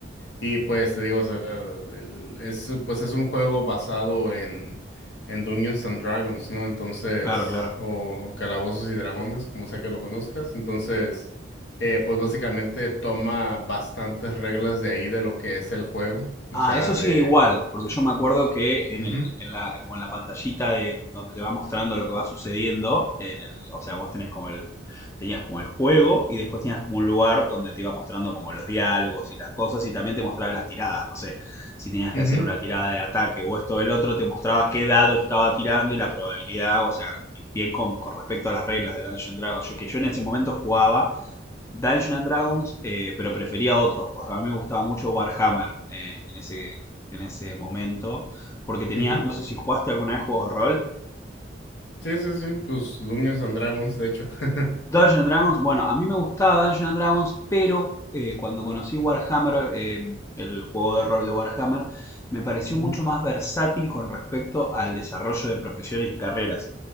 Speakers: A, on the left (about 65°); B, on the left (about 15°).
A: Y pues te digo, o sea, el- es, pues es un juego basado en, en Dungeons and Dragons, ¿no? Entonces,
B: claro, claro.
A: o Calabozos y Dragones, como sea que lo conozcas. Entonces, eh, pues básicamente toma bastantes reglas de ahí de lo que es el juego. O
B: Ah,
A: sea,
B: eso
A: de...
B: sigue igual, porque yo me acuerdo que en
A: Ujú,
B: el, en la, como en la pantallita de donde te va mostrando lo que va sucediendo, en el, o sea, vos tenés como el, tenías como el juego y después tenías como un lugar donde te iba mostrando como los diálogos y las cosas y también te mostraba las tiradas, no sé, si tenías
A: ujú,
B: que hacer una tirada de ataque o esto o el otro, te mostraba qué dado estaba tirando y la probabilidad, o sea, bien con, con respecto a las reglas de Dungeons and Dragons, yo, que yo en ese momento jugaba Dungeons and Dragons, eh, pero prefería otro. O sea, a mí me gustaba mucho Warhammer eh, en, ese, en ese momento, porque tenía,
A: ujú.
B: no sé si jugaste alguna vez juegos de rol.
A: Sí, sí, sí, pues Dungeons and Dragons, de hecho. <laughs>
B: Dungeons and Dragons, bueno, a mí me gustaba Dungeons and Dragons, pero eh, cuando conocí Warhammer, eh, el juego de rol de Warhammer, me pareció
A: Ujú,
B: mucho más versátil con respecto al desarrollo de profesiones y carreras.